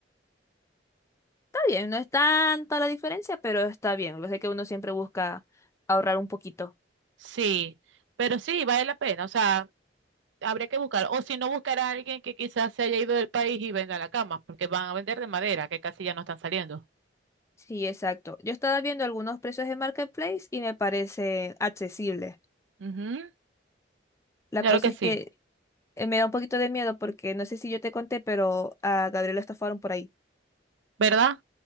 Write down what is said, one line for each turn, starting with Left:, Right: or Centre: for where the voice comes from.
Left: Está bien, no es tanto la diferencia, pero está bien. Lo sé que uno siempre busca ahorrar un poquito.
Right: Sí, pero sí, vale la pena, o sea, habría que buscar, o si no, buscar a alguien que quizás se haya ido del país y venda la cama, porque van a vender de madera, que casi ya no están saliendo.
Left: Sí, exacto. Yo estaba viendo algunos precios de Marketplace y me parece accesible.
Right: Ujú,
Left: La
Right: Claro
Left: cosa
Right: que
Left: es que
Right: sí,
Left: eh, me da un poquito de miedo porque no sé si yo te conté, pero a Gabriel lo estafaron por ahí.
Right: ¿verdad?